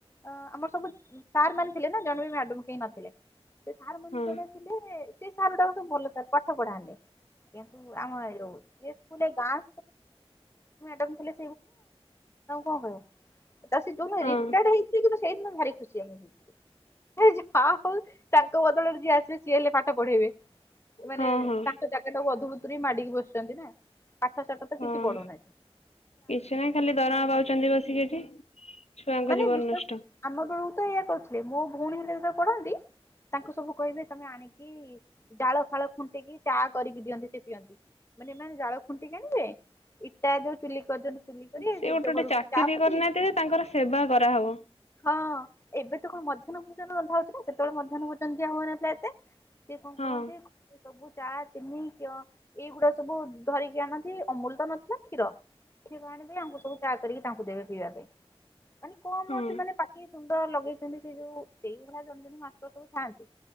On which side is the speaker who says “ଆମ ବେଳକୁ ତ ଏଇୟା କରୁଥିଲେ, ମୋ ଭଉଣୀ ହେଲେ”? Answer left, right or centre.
Left